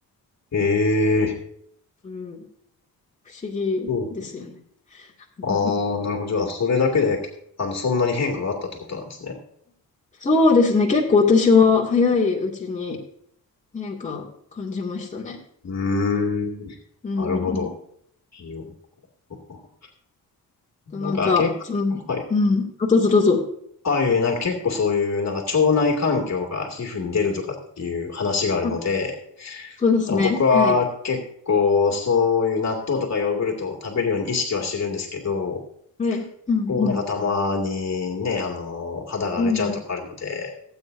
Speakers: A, on the left (about 45°); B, on the left (about 20°).
A: ええ、
B: うん。不思議ですよね。
A: ほうほ
B: <laughs>
A: う。ああ、なるほど。じゃあ、それだけで、あの、そんなに変化があったってことなんですね。
B: そうですね。結構私は早いうちに変化感じましたね。
A: うーん。
B: うんうんうん。
A: なるほど。いいよ。<laughs>
B: となんか、
A: なんか、け、
B: その、
A: はい。
B: うん。あ、どうぞどうぞ。
A: ああいう、なんか結構そういう、なんか腸内環境が皮膚に出るとかっていう話があるので、
B: あ、そうですね。
A: なんか僕は結構そういう納豆とかヨーグルトを食べるように意識はしてるんですけど、
B: はい。はい。うんうん。
A: こうなんかたまにね、あの、肌が荒れちゃうとかあるので、
B: うんうん。